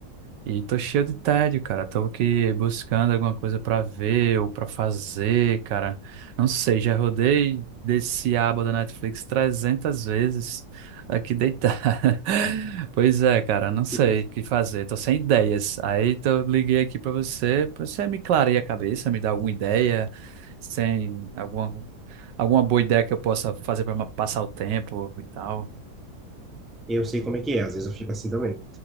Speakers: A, on the right (about 85°); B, in the centre.
A: E tô cheio de tédio, cara. Tô aqui buscando alguma coisa pra ver ou pra fazer, cara. Não sei, já rodei desse aba da Netflix 300 vezes aqui deitado. <laughs> Pois é, cara, não sei
B: Isso.
A: o que fazer. Tô sem ideias. Aí tô liguei aqui pra você, pra você me clarear a cabeça, me dar alguma ideia, sem alguma alguma boa ideia que eu possa fazer pra ma- passar o tempo e tal.
B: Eu sei como é que é, às vezes eu fico assim também.